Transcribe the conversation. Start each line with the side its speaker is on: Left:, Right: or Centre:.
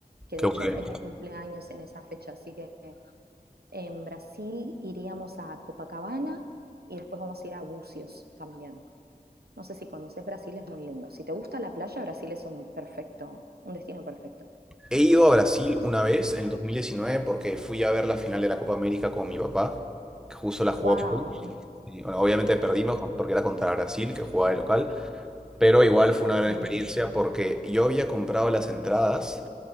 Right: que
Centre: Qué
Right: de
Centre: bueno.
Right: hecho es mi cumpleaños en esa fecha, así que En Brasil iríamos a Copacabana y después vamos a ir a Bucios también. No sé si conoces Brasil, es muy lindo. Si te gusta la playa, Brasil es un perfecto, un destino perfecto.
Centre: He ido a Brasil una vez en el 2019 porque fui a ver la final de la Copa América con mi papá, que justo la jugó.
Right: Wow.
Centre: Perú. Y, bueno, obviamente perdimos con- porque era contra Brasil, que jugaba de local, pero igual fue una gran
Right: <laughs>
Centre: experiencia porque yo había comprado las entradas